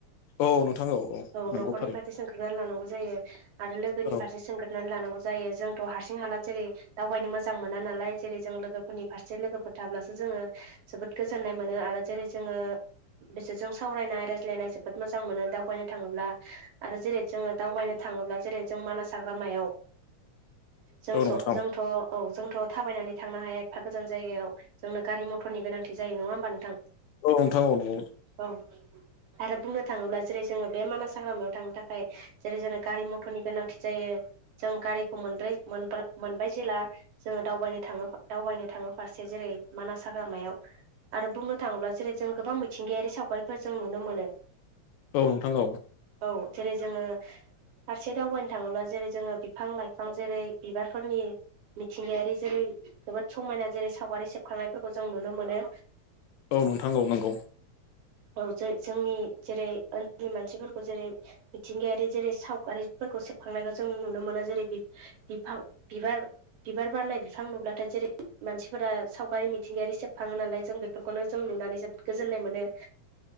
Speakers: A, on the left; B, on the right.
A: औ नोंथां
B: औ
A: नंगौ
B: न'खरनि
A: थारैनो
B: फारसे सोंग्रोना लानांगौ जायो आरो लोगोनि
A: औ
B: फारसे सोंग्रो- नानै लानांगौ जायो जोंथ' हारसिं-हाला जेरै दावबायनो मोजां मोना नालाय जेरै जों लोगोफोरनि फारसे लोगोफोर थाब्लासो जोङो जोबोद गोजोननाय मोनो आरो जेरै जोङो बिसोरजों सावरायनाय रायज्लायनाय जोबोद मोजां मोनो दावबायनो थाङोब्ला। आरो जेरै जोङो दावबायनो थाङोब्ला जेरै जों मानास हाग्रामायाव जों
A: औ
B: स'
A: नोंथां
B: जों जोंथ' औ जोंथ' थाबायनानै थांनो हाया एफा गोजान जायगायाव। जोंनो गारि-मथरनि गोनांथि जायो। नङा होमबा नोंथां?
A: औ नोंथां औ नंगौ।
B: औ आरो बुंनो थाङोब्ला जेरै जोङो बे मानास हाग्रामायाव थांनो थाखाय जेरै जोंनो गारि-मथरनि गोनांथि जायो जों गारिखौ <unintelligible> मोनबाय जेला जोङो दावबायनो थाङो दावबायनो थाङो फारसे जेरै मानास हाग्रामायाव। आरो बुंनो थाङोब्ला जेरै जों गोबां मिथिंगायारि सावगारिफोर जों नुनो मोनो।
A: औ नोंथां औ।
B: औ जेरै जोङो फारसे दावबायनो थाङोब्ला जेरै जोङो बिफां-लाइफां जेरै बिबारफोरनि मिथिंगायारि जेरै जोबोद समायना जेरै सावगारि सेबखांनायफोरखौ जों नुनो मोनो।
A: औ नोंथां औ नंगौ।
B: औ ज जोंनि जेरै ओनसोलनि मानसिफोरखौ जेरै मिथिंगायारि जेरै सावगारिफोरखौ सेबखांनायखौ जों नुनो मोनो जेरै बिफां बिबार बिबार बारनाय बिफां नुब्लाथाय जेरै मानसिफोरा सावगारि मिथिंगायारि सेबखाङो नालाय जों बेफोरखौनो जों नुनानै जोबोद गोजोननाय मोनो